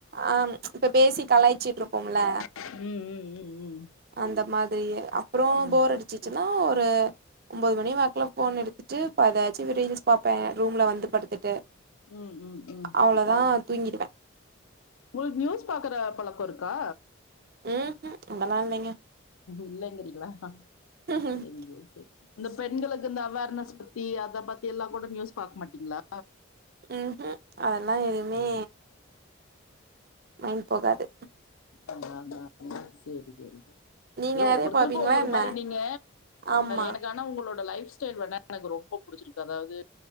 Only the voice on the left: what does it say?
ம் ம் ம்
ம்.
ம் ம் ம்
உங்ளுக்கு நியூஸ் பாக்ற பழக்கோ இருக்கா
இல்லங்கிறீங்ளா
செரிங்க சேரி இந்த பெண்களுக்கு இந்த அவர்னஸ் பத்தி அத பத்தி எல்லா கூட நியூஸ் பாக்க மாட்டீங்ளா
<inaudible> சேரி சேரி சேரி
யோ
ஒருத்தருக்கு
ஒவ்வொரு
மாரி நீங்க
எனக்கா ஆனா உங்களோட லைஃப் ஸ்டைல் வேணா எனக்கு ரொம்ப புடிச்சிருக்கு அதாது